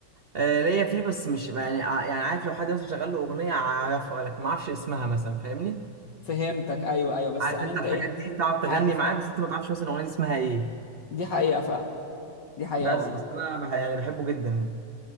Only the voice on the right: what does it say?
آه، ليا فيه بس مش يعني ع- يعني عارف لو حد مثلا شغال له اغنيه اعرفها لكن ما اعرفش اسمها مثلا فاهمني
عارف
انت
الحاجات
دي تقعد تغني
معاه
بس انت ما تعرفش مثلا الاغنيه دي اسمها ايه
بس
بس انا بح يعني بحبه جدا